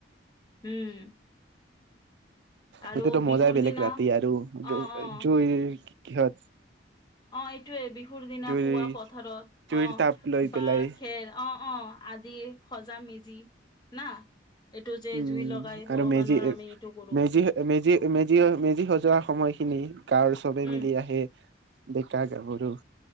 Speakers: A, on the left (about 20°); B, on the right (about 65°).
A: উম। আৰু
B: সেটোতো মজাই
A: বিহুৰ
B: বেলেগ
A: দিনা
B: ৰাতি আৰু
A: অ অ
B: জুই কিহত।
A: অ' এইটোয়ে বিহুৰ দিনা
B: জুইৰ
A: পুৱ পথাৰত
B: জুইৰ
A: অ'
B: তাপ লৈ
A: বা
B: পেলাই
A: খেৰ অ' অ' আদি সজা মেজি না? এইটো যে
B: উম,
A: জুই লগাই ভগৱানৰ
B: আৰু মেজি
A: আমি এইটো কৰো
B: মেজি-মেজি-মেজি-মেজি, সজোৱা সময়খিনি গাঁৱৰ চবে
A: উম
B: মিলি আহে। ডেকা গাভৰু।